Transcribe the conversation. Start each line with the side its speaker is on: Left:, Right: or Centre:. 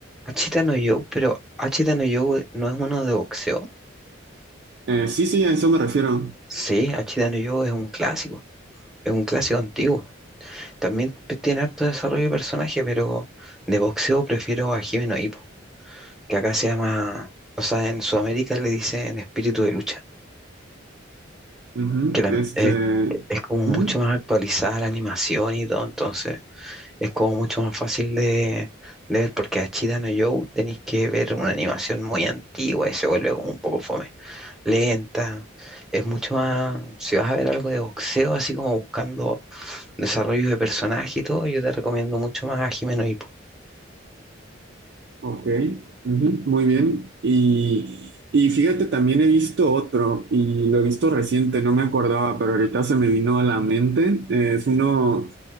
Centre: Hachita no Joe, pero Hachita no Joe no es uno de boxeo.
Right: Eh, sí, sí, a eso me refiero.
Centre: Sí, Hachita no Joe es un clásico, es un clásico antiguo. También pe- tiene harto desarrollo de personaje, pero de boxeo prefiero a Hime no Ippo, que acá se llama, o sea, en Sudamérica le dicen espíritu de lucha,
Right: Ujú,
Centre: que tam-
Right: Este,
Centre: eh, es como
Right: ujú,
Centre: mucho más actualizada la animación y todo, entonces Es como mucho más fácil de, de ver porque a Achida no Joe tenéis que ver una animación muy antigua y se vuelve como un poco fome, lenta. Es mucho más, si vas a ver algo de boxeo, así como buscando desarrollos de personaje y todo, yo te recomiendo mucho más a Jimeno Hippo.
Right: ok, ujú, muy bien. Y, y fíjate, también he visto otro y lo he visto reciente, no me acordaba, pero ahorita se me vino a la mente. Eh, es uno...